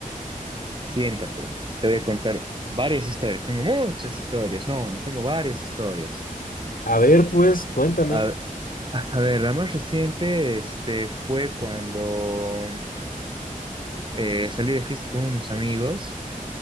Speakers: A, on the right; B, on the left.
A: Siéntate. Te voy a contar varias historias. Tengo muchas historias. No, no tengo varias historias.
B: A ver, pues, cuéntame.
A: A, a ver, la más reciente, este, fue cuando eh, salí de fiesta con unos amigos.